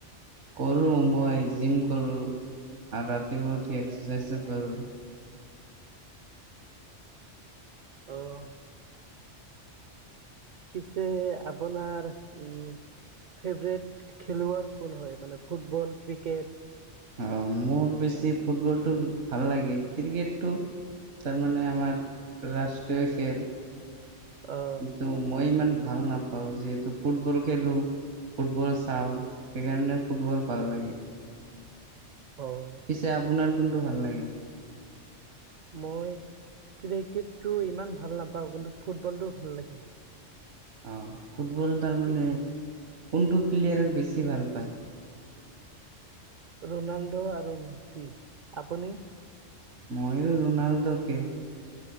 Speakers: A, on the right; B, on the right.
A: কৰো মই জিম কৰো আৰু ৰাতিপুৱা উঠি এক্সাৰচাইজো কৰো।
B: অ'। পিছে আপোনাৰ উম। ফেভৰেট খেলুৱৈ কোন হয় মানে ফুটবল ক্ৰিকেট?
A: অ মোৰ বেছি ফুটবলটো ভাল লাগে। ক্ৰিকেটটো তাৰমানে আমাৰ ৰাষ্ট্ৰীয় খেল।
B: অ'।
A: ত' মই ইমান ভাল নাপাওঁ, যিহেতু ফুটবল খেলো। ফুটবল চাওঁ সেইকাৰণে ফুটবল ভাল লাগে।
B: অ'।
A: পিছে আপোনাৰ কোনটো ভাল লাগে?
B: মই ক্ৰিকেটটো ইমান ভাল নাপাওঁ কিন্তু, ফুটবলটো ভাল লাগে।
A: অঁ, ফুটবল তাৰমানে
B: কি
A: কোনটো প্লেয়াৰক বেছি ভাল পায়?
B: ৰোনাল্ডো আৰু মেচি। আপুনি?
A: মইও ৰোনাল্ডোকে।